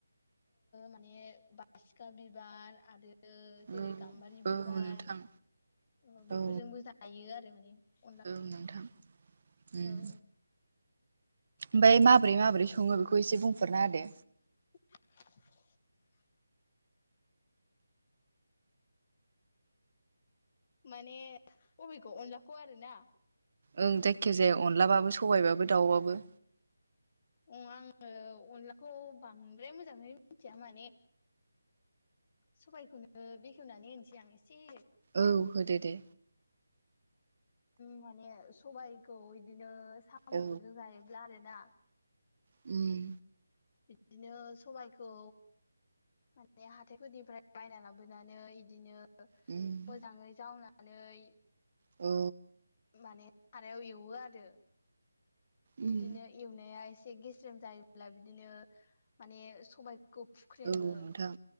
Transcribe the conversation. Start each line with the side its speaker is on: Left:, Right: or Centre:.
Left: माने बासिखा बिबार आरो जेरै
Right: औ
Left: गाम्बारि बिबार
Right: औ नोंथां
Left: ओ बेफोरजोंबो
Right: औ
Left: जायो आरो माने अनलाखौ।
Right: औ नोंथां
Left: औ
Right: उम। ओमफ्राय माब्रै माब्रै सङो बेखौ एसे बुंफोररना होदो।
Left: <inaudible> माने अबेखौ अनलाखौ आरोना?
Right: ओं जायखि जाया अनलाबाबो सबायबाबो दाउबाबो।
Left: अं आङो अनलाखौ बांद्राय मोजाङै मिथिया माने सबायखौनो बेखेवनानै होनसै आं एसे।
Right: औ होदेदो।
Left: माने सबाइखौ बिदिनो साम'फोरजों
Right: औ
Left: जायोब्ला आरोना।
Right: उम।
Left: बिदिनो सबायखौ माने हाथायफोरनिफ्राय बायना लाबोनानै इदिनो
Right: उम।
Left: मोजाङै जावनानै
Right: औ।
Left: माने सारायाव एवो आरो।
Right: उम
Left: बिदिनो एवनाया एसे गेस्रेम जायोब्ला बिदिनो माने सबाय खौ फुख्रेमो
Right: औ नोंथां